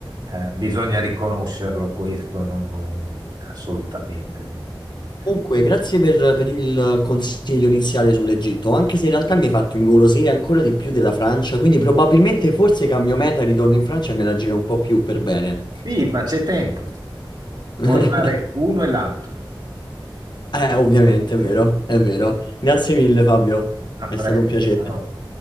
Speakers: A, on the right; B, on the left.
A: eh, bisogna riconoscerlo questo, non, non- assolutamente. non-
B: Comunque, grazie per, per il consiglio iniziale sull'Egitto, anche se in realtà mi hai fatto ingolosire ancora di più della Francia, quindi probabilmente forse cambio meta e ritorno in Francia e me la giro un po' più per bene.
A: Sì, ma c'è tempo,
B: <laughs>
A: puoi fare uno e l'altro.
B: Eh, ovviamente, è vero,
A: <laughs>
B: è vero. Grazie mille, Fabio,
A: A
B: è
A: presto,
B: stato un piacere.
A: ciao.